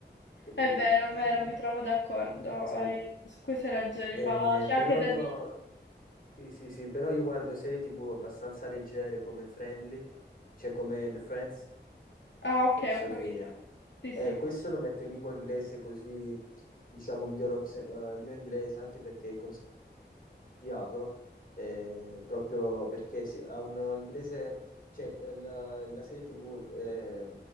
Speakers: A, on the left; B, on the left.
A: capito?
B: È vero,
A: Eh,
B: è vero, mi trovo d'accordo
A: sì.
B: eh, su queste ragioni,
A: Eh,
B: ma c'è
A: però
B: anche da
A: io,
B: dire.
A: sì, sì, sì, però io guardo serie TV abbastanza leggere come Friendly, cioè come The Friends,
B: Ah, ok,
A: penso
B: ho capito.
A: che...
B: Sì,
A: Eh,
B: sì.
A: questo lo metto in lingua inglese così, diciamo, miglioro se- eh, il mio inglese anche perché è consigliato, eh, proprio perché si- ha un inglese, cioè l- la, la serie TV eh,